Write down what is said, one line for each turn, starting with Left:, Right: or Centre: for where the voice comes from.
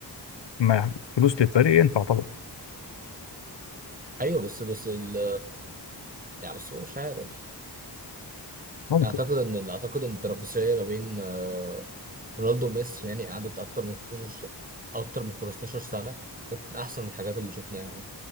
Left: وكفلوس للفريق ينفع طبعا
Right: ايوه بس بس ال يعني بس مش عارف
Left: ممكن
Right: اعتقد ان اعتقد ان التنافسيه ما بين آه، رونالدو وميسي يعني قعدت اكتر من 15 س- اكتر من 15 سنه كانت من احسن الحاجات اللي شفناها يعني.